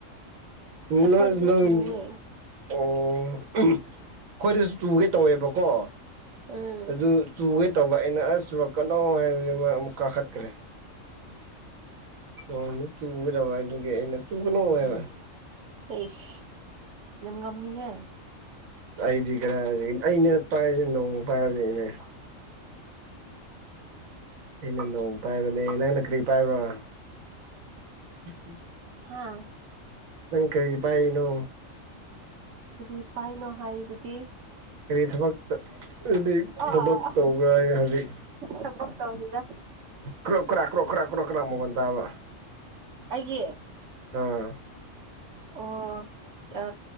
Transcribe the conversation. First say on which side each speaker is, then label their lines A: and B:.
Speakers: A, on the right; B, on the right.
A: ꯍꯨꯟꯅꯅ
B: ꯑꯩꯈꯣꯏꯗꯗꯤ
A: <unintelligible>
B: ꯆꯨꯋꯦ
A: ꯑꯣ ꯑꯩꯈꯣꯏꯗꯁꯨ ꯆꯨꯒꯦ ꯇꯧꯋꯦꯕꯀꯣ
B: ꯎꯝ
A: ꯑꯗꯨ ꯆꯨꯒꯦ ꯇꯧꯕ ꯑꯩꯅ ꯑꯁ ꯆꯨꯔꯛꯀꯅꯣ ꯍꯥꯏꯕꯗꯩ ꯃꯥ ꯑꯃꯨꯛ ꯀꯥꯈꯠꯈ꯭ꯔꯦ
B: <unintelligible>
A: ꯅꯣꯡꯗꯤ ꯆꯨꯒꯗꯕ ꯑꯗꯨꯒꯤ ꯑꯩꯅ ꯆꯨꯒꯅꯨ ꯍꯥꯏꯕ
B: ꯑꯦꯁ ꯌꯥꯝ ꯉꯝꯃꯤꯍꯦ
A: ꯑꯩꯗꯤ ꯀꯔꯥꯏꯗꯒꯤ ꯑꯩꯅ ꯄꯥꯏꯔꯤꯁꯦ ꯅꯣꯡ ꯄꯥꯏꯕꯅꯦ ꯑꯅꯦ ꯑꯩꯅ ꯅꯣꯡ ꯄꯥꯏꯕꯅꯦ ꯅꯪꯅ ꯀꯔꯤ ꯄꯥꯏꯕ꯭ꯔ ꯎ <unintelligible>
B: ꯍꯥꯥ
A: ꯅꯪ ꯀꯔꯤ ꯄꯥꯏꯔꯤꯅꯣ
B: ꯀꯔꯤ ꯄꯥꯏꯅꯣ ꯍꯥꯏꯕꯗꯤ
A: ꯀꯔꯤ ꯊꯕꯛ ꯑꯗꯨꯗꯤ
B: ꯑ
A: ꯊꯕꯛ ꯇꯧꯕ꯭ꯔꯥ ꯍꯥꯏ ꯍꯧꯖꯤꯛ
B: ꯊꯕꯛ ꯇꯧꯗꯦꯗ
A: ꯀ꯭ꯔꯣꯛ ꯀ꯭ꯔꯥꯛ ꯀ꯭ꯔꯣꯛ ꯀ꯭ꯔꯥꯛ ꯀ꯭ꯔꯣ ꯀ꯭ꯔꯥꯛ ꯃꯈꫭꯟ ꯇꯥꯕ
B: ꯑꯩꯒꯤ
A: ꯑꯥ
B: ꯑꯣ ꯑ